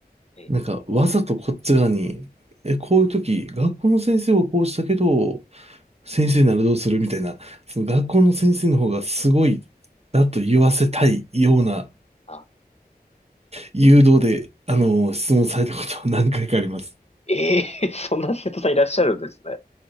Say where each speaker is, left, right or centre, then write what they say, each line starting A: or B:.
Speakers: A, on the left; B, on the right.
A: ーえー
B: なんか、わざとこっち側に、え、こういう時、学校の先生はこうしたけど、先生ならどうするみたいな、その学校の先生の方がすごい、だと言わせたいような
A: あ、
B: 誘導で、あの、質問されたことは何回かあります。
A: えー <laughs> そんな生徒さんいらっしゃるんですね。